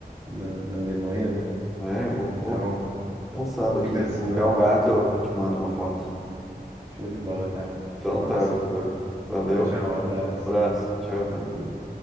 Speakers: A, on the right; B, in the centre.
A: na, na Alemanha, né?
B: É, eu vou,
A: Então,
B: vou pensando
A: fica
B: aqui. Se
A: assim,
B: eu arranjar
A: Léo.
B: um gato, eu te mando uma foto.
A: Show de bola, cara.
B: Então
A: Manda
B: tá,
A: assim.
B: Vitor. Valeu.
A: Tchau, tchau. Um abraço.
B: Abraço. Tchau.
A: Valeu.